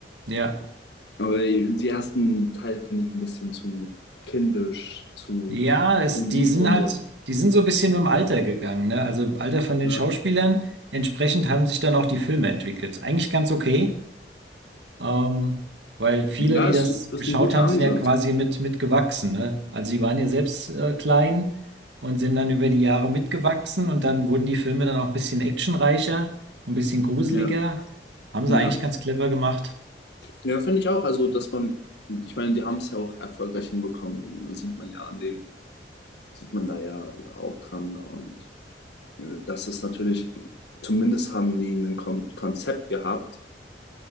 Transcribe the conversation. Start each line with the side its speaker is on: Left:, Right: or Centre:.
Right: Ja.
Left: Aber die ersten Teil finde ich ein bisschen zu kindisch, zu,
Right: Ja, es,
Left: zu lieb
Right: die sind
Left: und
Right: halt,
Left: so.
Right: die sind so ein bisschen mit dem Alter gegangen, ne? Also Alter von den
Left: Ja,
Right: Schauspielern. Entsprechend haben sich dann auch die Filme entwickelt. Eigentlich ganz okay, ähm, weil viele,
Left: ja
Right: die
Left: ist,
Right: das
Left: ist
Right: geschaut
Left: ein guter
Right: haben,
Left: Ansatz.
Right: sind ja quasi mit, mitgewachsen, ne? Also die waren ja selbst äh, klein und sind dann über die Jahre mitgewachsen und dann wurden die Filme dann auch ein bisschen actionreicher, ein bisschen gruseliger.
Left: Ja,
Right: Haben
Left: ja.
Right: sie eigentlich ganz clever gemacht.
Left: Ja, finde ich auch. Also, dass man, ich meine, die haben es ja auch erfolgreich hinbekommen. Das sieht man ja an den, sieht man da ja auch dran. Und äh, das ist natürlich, zumindest haben die ein Kon Konzept gehabt,